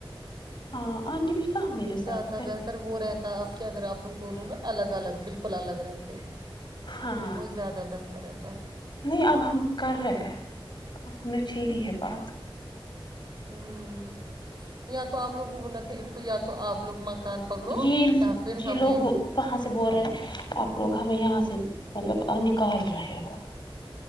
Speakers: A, on the left (about 55°); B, on the right (about 50°).
A: ہاں آنٹی بھی کہاں میرے ساتھ
B: زیادہ
A: ہے
B: بہتر وہ رہتا ہے اب کہ اگر آپ لوگ دونوں نا الگ الگ بالکل الگ رہتے
A: ہاں
B: بہت زیادہ بہتر رہتا
A: نہیں اب ہم کر رہے ہم نے چھیڑی ہے بات
B: ہوں یا تو آپ لوگوں کو بولنا تھا ان کو یا تو آپ لوگ مان کان پکڑو
A: یہ
B: یا پھر
A: یہ
B: ہمیں
A: لوگ وہاں سے بول رہے آپ لوگ ہمیں یہاں سے مطلب نکال رہے ہو